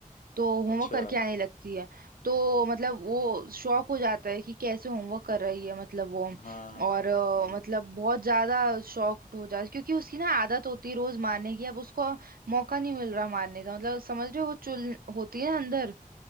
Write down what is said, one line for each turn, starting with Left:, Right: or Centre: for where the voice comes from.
Right: तो होमवर्क
Left: अच्छा
Right: करके आने लगती है तो मतलब वो
Left: हम्म,
Right: शॉक हो जाता है कि कैसे होमवर्क कर रही है मतलब वो
Left: हाँ
Right: और अ,
Left: हम्म
Right: मतलब बहुत ज्यादा शॉक हो जाता है क्योंकि उसकी ना आदत होती है रोज मारने की अब उसको मौका नहीं मिल रहा मारने का मतलब समझ रहे हो वो चुल होती है ना अंदर